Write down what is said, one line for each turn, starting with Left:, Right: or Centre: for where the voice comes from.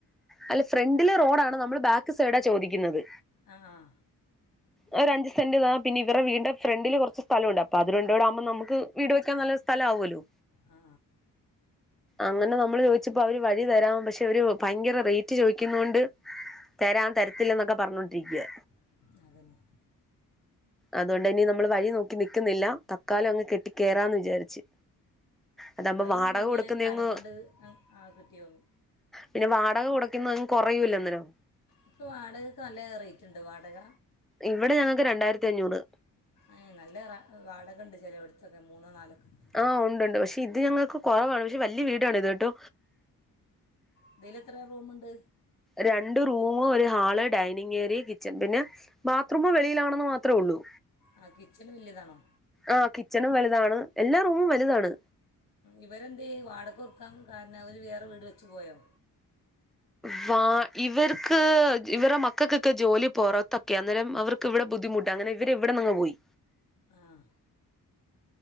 Centre: അല്ല ഫ്രണ്ടിലെ റോഡാണ് നമ്മള് ബാക്ക് സൈഡാ ചോദിക്കുന്നത്.
Left: ആഹ
Centre: ആ രണ്ട് സെന്റ് വേണം പിന്നെ ഇവരുടെ വീടിന്റെ ഫ്രണ്ടില് കുറച്ച് സ്ഥലുണ്ട് അത്‌ രണ്ടൂടെ ആവുമ്പോ നമുക്ക് വീട് വെയ്യ്ക്കാ - വയ്ക്കണ നല്ലൊരു സ്ഥലമാവുമല്ലോ.
Left: ആ
Centre: അങ്ങനെ നമ്മള് ചോദിച്ചപ്പോ അവര് വഴി തരാം പക്ഷെ അവര് ഭയങ്കര റേറ്റ് ചോദിക്കുന്നോണ്ട് തരാം തരത്തില്ലെന്നൊക്കെ പറഞ്ഞൊണ്ടിരിക്കുവാ
Left: ആ അതന്നെ
Centre: അതോണ്ട് ഇനി നമ്മള് വഴി നോക്കി നിക്കുന്നില്ല തക്കാലം അങ്ങ് കെട്ടി കേറാന്ന് വിചാരിച്ച്- അതാകുമ്പോ
Left: വഴി
Centre: വാടക
Left: പിന്നെ
Centre: കൊടുക്കുന്ന
Left: കാലം
Centre: അങ്ങ്
Left: കൊണ്ട് കിട്ടിയോളും.
Centre: പിന്നെ വാടക വാടക കുറയ്ക്കുന്നത് കുറയൂല്ല അന്നേരം.
Left: ഇപ്പൊ വാടകക്ക് നല്ല റേറ്റ് ഉണ്ട് വാടക
Centre: ഇവിടെ ഞങ്ങക്ക് രണ്ടായിരത്തി അഞ്ഞൂറ്
Left: ഏ നല്ല വാടക ഉണ്ട് ചേലോട്ത്തൊക്കെ മൂന്നോ നാലൊക്കെ. ഉണ്ട്
Centre: ആഹ ഉണ്ട് പക്ഷെ ഇത് ഞങ്ങക്ക് കുറവാണ് പക്ഷെ വല്യയ വീടാണ് ഇത് കേട്ടോ.
Left: ഇതില് എത്ര റൂമുണ്ട്?
Centre: രണ്ട് റൂമ്, ഒരു ഹാള്, ഡൈനിങേരിയ കിച്ചൺ പിന്നെ ബാത്റൂമ് വെളിയിലാണെന്ന് മാത്രമേ ഉള്ളൂ.
Left: ആ കിച്ചന് വല്യയതാണോ?
Centre: ആഹ കിച്ചണും വലുതാണ് എല്ലാ റൂമും വലുതാണ്.
Left: ഇവരെന്തേ വാടക് കൊട്ക്കാൻ കാരണം അവര് വേറെ വീട് വെച്ചു പോയോ?
Centre: വാ <inaudible> ഇവരുടെ മക്കൾക്കൊക്കെ ജോലി പൊറത്തൊക്കെയാ അവർക്ക് ഇവിടെ ബുദ്ധിമുട്ടാ അങ്ങനെ ഇവര് ഇവിട്ന്നങ്ങ് പോയി.
Left: ആഹ